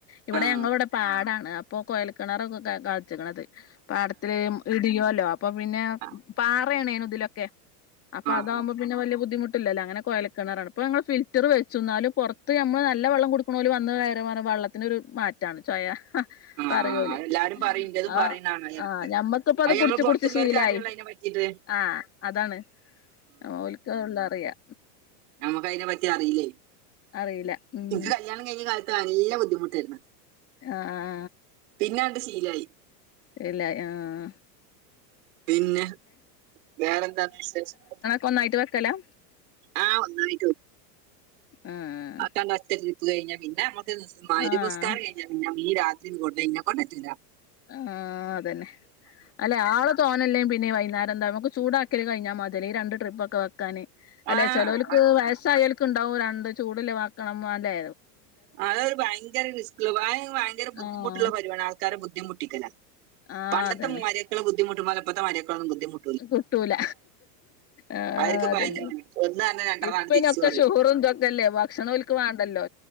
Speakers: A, on the left; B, on the right.
A: ഇവിടെ
B: ആ
A: ഞങ്ങളവിടെ പാടാണ് അപ്പോ കൊഴൽ കിണർ ഗു ഗ അടിച്ച്ക്ക്ണത് പാടത്തില് ഇടിയോല്ലോ അപ്പൊ പിന്നെ
B: ആ
A: പാറേണേനുതിലൊക്കെ അപ്പം അതാവുമ്പോ
B: ആ
A: പിന്നെ വല്ല്യ ബുദ്ധിമുട്ടില്ലല്ലോ അങ്ങനെ കൊയൽ കിണറാണ് ഇപ്പം ഞങ്ങൾ ഫിൽറ്ററ് വെച്ചുന്നാലും പുറത്ത് നമ്മൾ നല്ല വെള്ളംകുടിക്കുണോൽ വന്ന കയറിയാ പറീം വള്ളത്തിനൊരു മാറ്റാണ് ചൊയ. ഹ
B: ആഹ്
A: പറയു ഓല്
B: അതെല്ലാരും പറയും ഇന്റതും
A: ആ
B: പറയുന്നാണ് എടക്ക്
A: ആ ഞമ്മക്കിപ്പത്
B: അത് ഞമ്മള്
A: കുടിച്ച്
B: പൊറത്തുള്ളോർക്ക്
A: കുടിച്ച് ശീലായി
B: അറിയുള്ളൂ അയിനെ പറ്റീട്ട്
A: ആ, അതാണ് ഓൽക്ക്ള്ളു അറിയാ.
B: നമുക്ക് അയിനെപ്പറ്റി അറിലേ
A: അറിയില്ല ഉം
B: ഇനിക്ക് കല്യാണം കഴിഞ്ഞ കാലത്ത് നല്ല ബുദ്ധിമുട്ടേർന്ന്
A: ആ ആ
B: പിന്നാണ്ട് ശീലായി
A: ഇല്ല ആഹ്
B: പിന്നെ വേറെന്താ വിശേഷം
A: കൊന്നായിട്ട് വെക്കലാ
B: ആ ഒന്നായിട്ട്
A: ആഹ്
B: അതാണ്ട് ഒറ്റ ട്രിപ്പ് കയിഞ്ഞാ പിന്നെ മ്മക്ക് നിസ് മഗ്‌രിബ്
A: ആഹ്
B: നിസ്കാരം കഴി പിന്നെ മീ രാത്രിന്നും കൊടന്നയ്ഞ്ഞ ഇന്നെകൊണ്ടറ്റൂല
A: ആഹ് അതെന്നെ അല്ലെആള് തോനെല്ലെങ്കി പിന്നെ ഈ വൈന്നേരെന്താ നമുക്ക് ചൂടാ ക്കല് കഴിഞ്ഞാമതി ഈ രണ്ട് ട്രിപ്പൊക്കെ വെക്കാന് അല്ലേ
B: ആഹ്
A: ചെലോർക്ക് വയസയാല്- ക്ണ്ടാവും രണ്ട് ചൂട്ല്ലെ വാക്കണം വല്ലെ
B: അതൊരുഭയങ്കര റിസ്ക്ള്ള വയങ്കരെ ബുദ്ധിമുട്ടുള്ളൊരു
A: ആഹ്
B: പരുവാണ് ആൾക്കാരെ ബുദ്ധിമുട്ടിക്കല
A: ആഹ്
B: പണ്ടത്തെമാര്യക്കളെ
A: അതന്നെ
B: ബുദ്ധിമുട്ടുംപോലെ ഇപ്പത്തെ മാര്യക്കളൊന്നും ബുദ്ധിമു
A: കിട്ടൂല ആഹ്
B: അവർക്ക്
A: അതെന്നെ
B: പതിനു മണി ഒന്ന് പറഞ്ഞ രണ്ടെണ്ണം
A: ഇപ്പയ്നൊക്കെ
B: ആണ് തിരിച്ചു പറയും
A: ചോറുംഇത്വ കല്ലേ ഭക്ഷണംഓൽക്ക് വാണ്ടല്ലോ